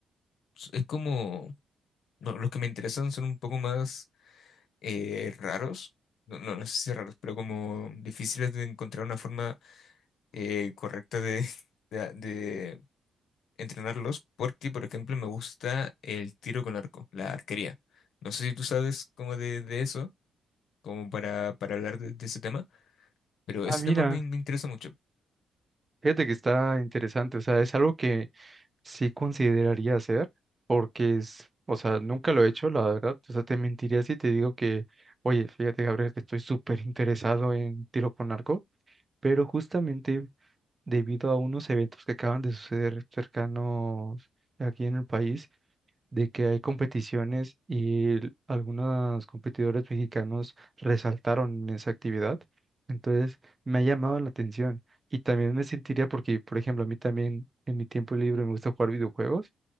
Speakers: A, on the left; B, on the right.
A: s- es como, no, los que me interesan son un poco más eh, raros, no, no, no sé si raros, pero como difíciles de encontrar una forma eh, correcta de, <laughs> de, de entrenarlos, porque por ejemplo me gusta el tiro con arco, la arquería. No sé si tú sabes como de, de eso, como para, para hablar de, de ese tema, pero
B: Ah,
A: ese
B: mira,
A: tema me, me interesa mucho.
B: fíjate que está interesante. O sea, es algo que sí consideraría hacer porque es, o sea, nunca lo he hecho, la verdad. O sea, te mentiría si te digo que, oye, fíjate, Gabriel, que estoy súper interesado en tiro con arco, pero justamente debido a unos eventos que acaban de suceder cercanos aquí en el país, de que hay competiciones y l- algunos competidores mexicanos resaltaron en esa actividad. Entonces, me ha llamado la atención y también me sentiría porque, por ejemplo, a mí también en mi tiempo libre me gusta jugar videojuegos